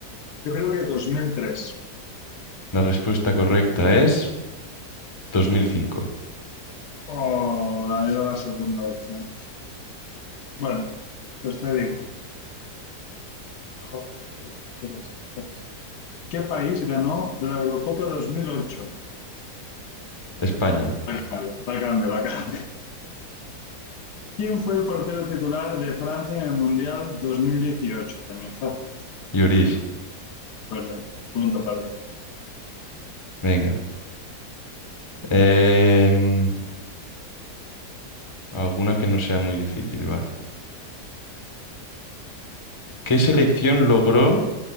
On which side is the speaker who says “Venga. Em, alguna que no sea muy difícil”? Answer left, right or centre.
Left